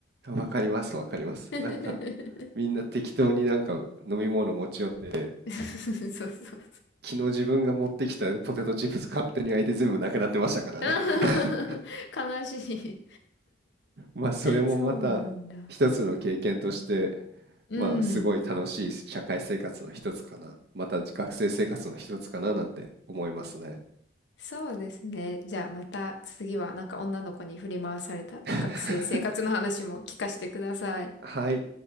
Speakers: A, on the right (about 60°); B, on the left (about 75°).
A: わかります、わかります。
B: <laughs>
A: なんか、みんな適当になんか飲み物持ち寄って、
B: <laughs> そうそうそう。
A: 昨日自分が持ってきたポテトチップス勝手に開いて全部なくなってましたからね。
B: <laughs>
A: <laughs>
B: 悲しい。
A: まあそれもまた一つの経験として
B: そうなんだ。うん。
A: まあすごい楽しい社会生活の一つかなまた学生生活の一つかななんて思いますね
B: そうですね。じゃあまた次はなんか女の子に振り回された学生生活の話も聞かせてください。
A: <laughs> はい